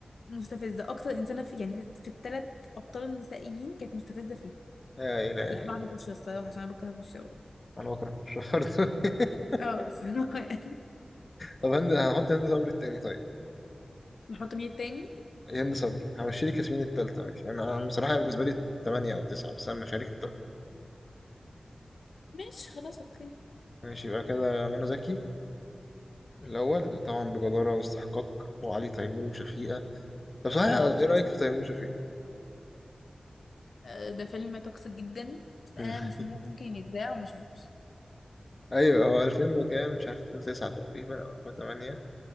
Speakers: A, on the left (about 85°); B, on the left (about 35°).
A: مستفزه اكتر انسانه في يعني في, في الثلاث ابطال النسائيين كانت مستفزه فيه
B: لا إلهي
A: لا بعد بوشي الصراحه عشان انا بكره بوشي أوي.
B: أنا بكره الشهر ده <laughs>
A: اه <laughs> الصراحه يعني.
B: طب هند هحط هند صبري التاني طيب
A: نحط مين التاني
B: هند صبري همشي لك ياسمين التالتة ماشي أنا أنا بصراحة بالنسبة لي تمانية أو تسعة بس أنا مشاريك التالتة
A: ماشي خلاص اوكي
B: ماشي يبقى كده منى زكي الأول طبعا بجدارة واستحقاق وعلي تيمور وشفيقة طب صحيح
A: اه بصراحه
B: ايه رأيك في تيمور شفيق؟
A: آه، ده فيلم توكسيك جدا بس
B: <laughs>
A: انا مش ممكن يتذاع وما اشوفوش
B: ايوه هو 2000 وكام مش عارف 2009 تقريبا او 2008